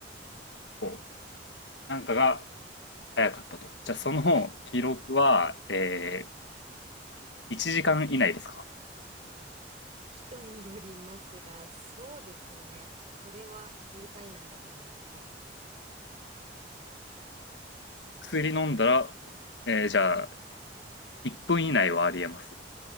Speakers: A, on the left; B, on the right.
A: こうなんかが早かったと。じゃあその記録は、
B: はい。
A: えー1時間以内ですか
B: 人によりますが、そうですね。これは1時間以内だと思います。はい。
A: 薬飲んだら、えーじゃあ、1分以内はありえます。